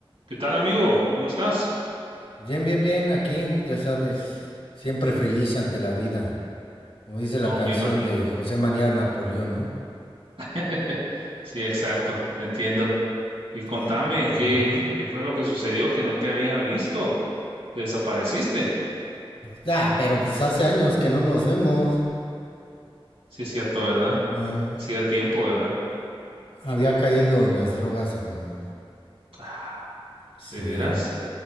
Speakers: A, on the right; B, on the left.
A: ¿Qué tal, amigo? ¿Cómo estás?
B: Bien, bien, bien, aquí, ya sabes, siempre feliz ante la vida, como dice
A: No,
B: la canción
A: me imagino.
B: de José María Napoleón, ¿no?
A: <laughs> Sí, exacto, te entiendo. Y contame,
B: Ah.
A: ¿qué,
B: Ujú.
A: qué fue lo que sucedió que no te había visto? ¿Te desapareciste?
B: Ya, pero pues hace años que no nos vemos.
A: Sí, es cierto, ¿verdad?
B: Ah,
A: Sí, a tiempo, ¿verdad?
B: había caído en las drogas, hermano.
A: Ah,
B: Sí.
A: ¿de veras?